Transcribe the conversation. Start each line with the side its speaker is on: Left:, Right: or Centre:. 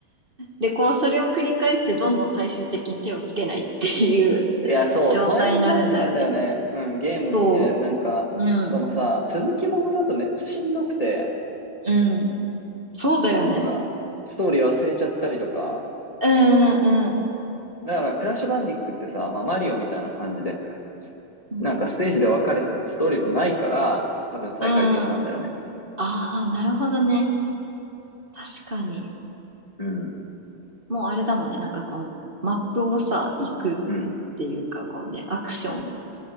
Right: で、こう、それを繰り返して、どんどん最終的に手をつけないっていう
Left: いや、そう、
Right: 状態になるんだよね。
Left: 疎遠になっちゃうんだよね。うん、ゲームにね。
Right: そ
Left: なんか、
Right: う。うん。
Left: そのさ、続きものだとめっちゃしんどくて、
Right: うん。そうだよね。
Left: なんか、ストーリー忘れちゃったりとか、
Right: うん、うん、
Left: だから、クラッシュバンディックってさ、まあ、マリオみたいな感じで、すなんかステージで分かれててストーリーもないから、
Right: うん。
Left: 多分再開できたんだよね。
Right: うん。ああー、なるほどね。確かに。
Left: うん。
Right: もうあれだもんね、なんかこのマップをさ、行くっていうか、
Left: うん。
Right: こうね、アクション